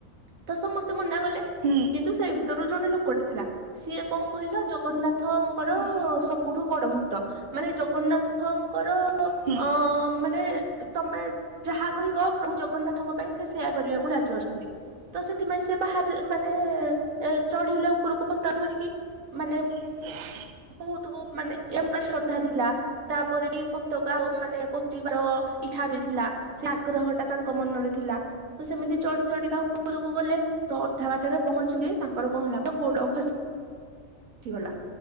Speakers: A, on the right; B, on the right.
A: ତ ସମସ୍ତେ ମନ୍ ନା କଲେ
B: ହଁ।
A: କିନ୍ତୁ ସେଇ ଭିତରୁ ଜଣେ ଲୋକଟି ଥିଲା ସିଏ କଣ କହିଲା ଜଗନ୍ନାଥ୍ ଥଙ୍କର
B: ହଁ।
A: ସବୁଠୁ ବଡ ଭକ୍ତ ମାନେ ଜଗନ୍ନାଥଙ୍କର ତ
B: ସାର
A: ଅ-ମାନେ ତମେ ଯାହା କହିବ ପ୍ରଭୁ ଜଗନ୍ନାଥଙ୍କ ପାଇଁ ସେ ସେୟା କରିବାକୁ ରାଜି ଅଛନ୍ତି। ତ ସେଥିପାଇଁ ସିଏ ବାହାରି-ମାନେ ଏ-ଚଢିଲେ ଉପରକୁ ପତକା ଧରିକି ମାନେ
B: <inaudible>
A: ବୋହୁତୁ ଉ-ମାନେ ଆମ ସତ ତାହା ଥିଲା ତାପରେ ବି ପତକା ମାନେ ପୋତିିବାର ଇଛା ବି ଥିଲା ସେ ଆଗ୍ରହଟା ତାଙ୍କ ମନରେ ଥିଲା ତ ସେମିତି ଚଢି ଚଢି ତା ଉପରକୁ ଗଲେ ତ ଅଧା ବାଟରେ ପହଞ୍ଚିଲି ତାଙ୍କର କଣ ହେଲା ଗୋଡ ଖସି-ସିଗଲା